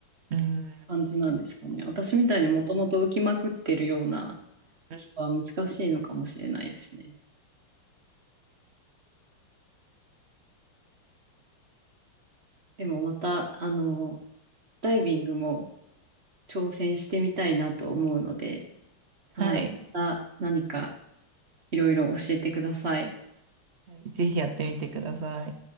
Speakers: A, on the right; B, on the right.
A: うん、うん、
B: 感じなんですかね。私みたいにもともと浮きまくってるような
A: うん
B: 人は難しいのかもしれないですね。でもまた、あの、ダイビングも挑戦してみたいなと思うので、はい。
A: はい、
B: また何かいろいろ教えてください。
A: はいぜひやってみてください。